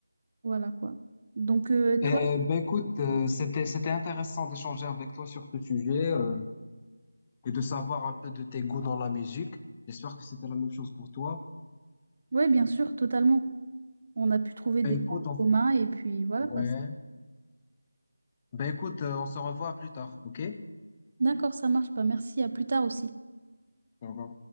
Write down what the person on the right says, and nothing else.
Voilà quoi. Donc euh,
toi,
oui, bien sûr, totalement. On a pu trouver des
points
communs et puis voilà
quoi.
D'accord, ça marche pas. Merci, à plus tard aussi.